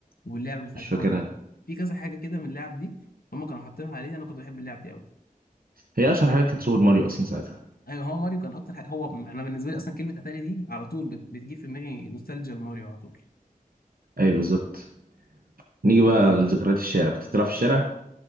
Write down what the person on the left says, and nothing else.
واللعبه بتاعت
ماريو في كذا حاجه كده من اللعب دي هم كانوا حاطينها عليه انا كنت بحب اللعب دي قوي
ايوه هو ماريو كان اكتر حاجه هو انا بالنسبه لي اصلا كلمه اتاري دي على طول بت... بتجيب في دماغي نوستالجيا لماريو على طول